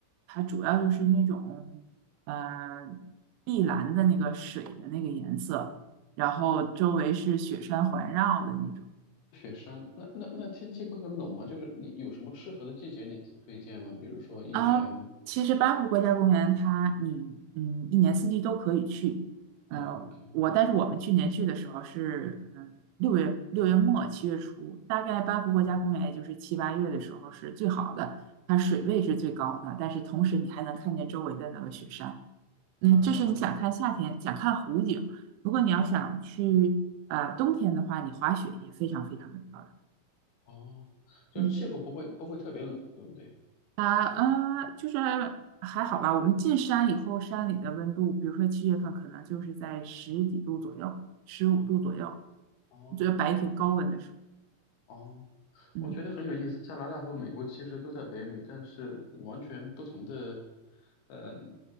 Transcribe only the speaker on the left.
那那雪山，那那那天气会很冷吗？就是你有什么适合的季节你推推荐吗？比如说一年，
诶，OK，
这边，
哦
哦，就是气候不会不会特别冷，
对不对？
哦哦。
哦，
我觉得很有意思。加拿大和美国其实都在北美，但是完全不同的，嗯、